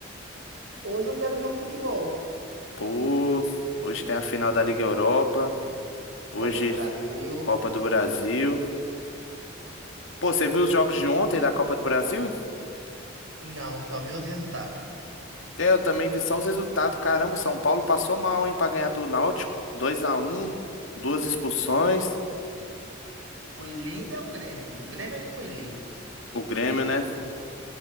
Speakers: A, on the right; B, on the left.
A: Hoje eu quero ver um futebol.
B: Pô, hoje tem a final da Liga Europa, hoje
A: Copa do Brasil.
B: Copa do Brasil. Pô, você viu os jogos de ontem da Copa do Brasil?
A: Não, só vi os resultados.
B: É, eu também vi só os resultados. Caramba, São Paulo passou mal, hein, pra ganhar do Náutico. dois a um. duas expulsões.
A: Foi lindo é o Grêmio. O Grêmio é que foi lindo.
B: O Grêmio, né?